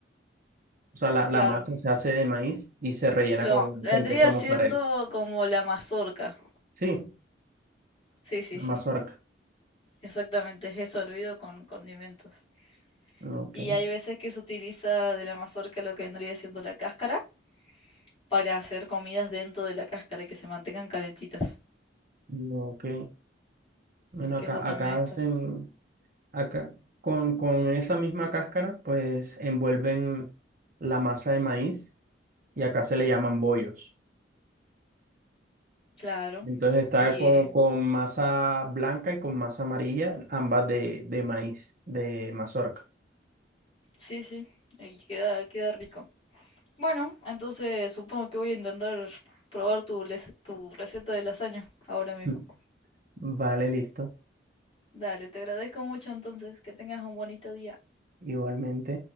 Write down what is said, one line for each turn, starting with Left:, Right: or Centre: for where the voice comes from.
Right: O sea, la,
Left: Claro.
Right: la masa se hace de maíz y se rellena
Left: Lo,
Right: con,
Left: vendría
Right: con queso
Left: siendo
Right: mozzarella.
Left: como la mazorca.
Right: Sí,
Left: Sí, sí,
Right: la
Left: sí.
Right: mazorca.
Left: Exactamente. Es eso hervido con condimentos.
Right: Ok,
Left: Y hay veces que se utiliza de la mazorca lo que vendría siendo la cáscara para hacer comidas dentro de la cáscara y que se mantengan calentitas.
Right: ok. Bueno,
Left: Que
Right: acá,
Left: eso también
Right: acá
Left: está.
Right: hacen, acá, con, con esa misma cáscara, pues envuelven la masa de maíz y acá se le llaman bollos.
Left: Claro.
Right: Entonces está
Left: Y
Right: con, con masa blanca y con masa amarilla, ambas de, de maíz, de mazorca.
Left: Sí, sí, ahí queda, queda rico. Bueno, entonces supongo que voy a intentar probar tu, les- tu receta de lasaña ahora mismo.
Right: Mm. Vale, listo.
Left: Dale, te agradezco mucho entonces, que tengas un bonito día.
Right: Igualmente.